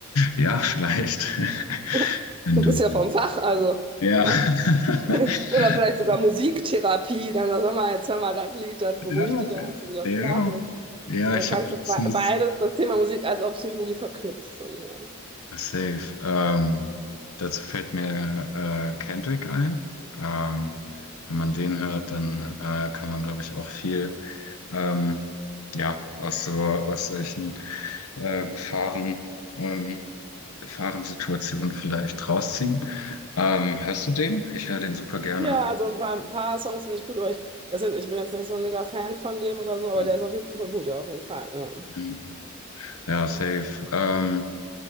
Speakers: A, on the left (about 80°); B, on the right (about 25°).
A: Ja, vielleicht. <laughs>
B: <laughs>
A: Wenn
B: du
A: du
B: bist ja vom Fach, also,
A: ja.
B: ja.
A: <laughs>
B: Oder vielleicht sogar Musiktherapie. Dann sag mal, jetzt hör mal das Lied, das beruhigt
A: Ja,
B: dich, dann kannst du wieder
A: ja.
B: schlafen.
A: Ja,
B: Da
A: ich
B: kannst
A: habe letztens
B: du be- beides, das Thema Musik als auch Psychologie verknüpfen, ja.
A: safe. Ähm, dazu fällt mir äh, Kendrick ein. Ähm, wenn man den hört, dann äh, kann man, glaube ich, auch viel ähm, ja, aus so aus solchen äh, Gefahren, ähm, Gefahrensituationen vielleicht rausziehen. Ähm, hörst du den? Ich höre den super gerne.
B: Ja, also ein paar, ein paar Songs finde ich gut, aber ich, das jetzt, ich bin jetzt nicht so ein mega Fan von dem oder so, aber
A: Hm,
B: der ist auf jeden Fall gut, ja, auf jeden Fall. Ja.
A: hm, hm. Ja, safe. Ähm,